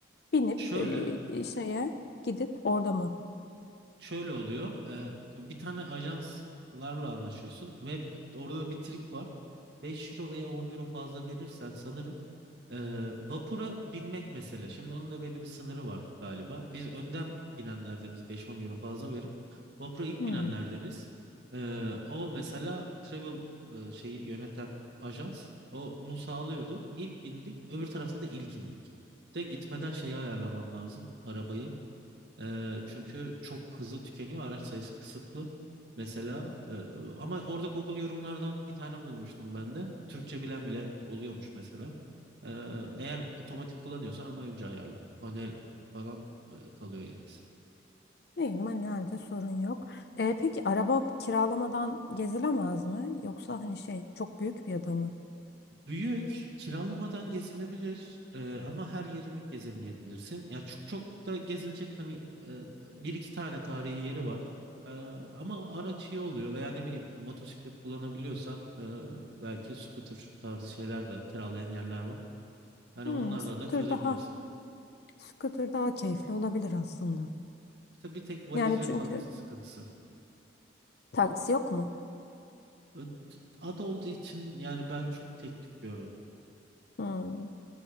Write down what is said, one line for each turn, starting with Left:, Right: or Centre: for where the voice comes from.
Left: binip
Right: Şöyle
Left: e, e, şeye gidip orada mı?
Right: şöyle oluyor. E, bir tane ajanslarla anlaşıyorsun ve orada da bir trik var. 5 euro veya 10 euro fazla verirsen sanırım Ee, vapura binmek mesela. Şimdi onun da böyle bir sınırı var galiba. Biz önden binenlerdeniz beş on euro fazla verip vapura ilk
Left: Hmm.
Right: binenlerdeniz. Ee, o mesela travel e, şeyi yöneten ajans o onu sağlıyordu. İlk bindik, öbür tarafta da ilk indik. Bir de gitmeden şeyi ayarlaman lazım arabayı. Eee, çünkü çok hızlı tükeniyor. Araç sayısı kısıtlı. Mesela eee, ama orada Google yorumlardan bir tane bulmuştum ben de. Türkçe bilen bile oluyormuş mesela. Eee, eğer otomatik kullanıyorsan ama önce ayarla. Manuel falan eee, kalıyor ya da
Left: İyi, manuelde sorun yok. E, peki araba kiralamadan gezilemez mi? Yoksa hani şey çok büyük bir ada mı?
Right: Büyük, kiralamadan gezilebilir e, ama her yerini gezemeyebilirsin. Ya çok çok da gezilecek hani e, bir iki tane tarihi yeri var. E, ama araç iyi oluyor veya ne bileyim motosiklet kullanabiliyorsan e, belki scooter tarzı şeyler de kiralayan yerler var. Hani
Left: Hmm,
Right: onlarla
Left: scooter
Right: da çözebilirsin.
Left: daha scooter daha keyifli olabilir aslında.
Right: İşte bir tek valiz
Left: Yani
Right: ve
Left: çünkü
Right: taksi sıkıntısı.
Left: taksi yok mu?
Right: Ö- Ada olduğu için yani ben çok tek tük gördüm.
Left: Hmm,